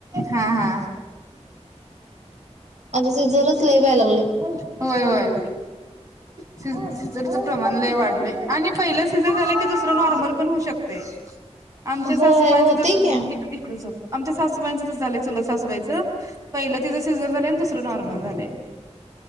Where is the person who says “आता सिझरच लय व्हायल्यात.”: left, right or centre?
Right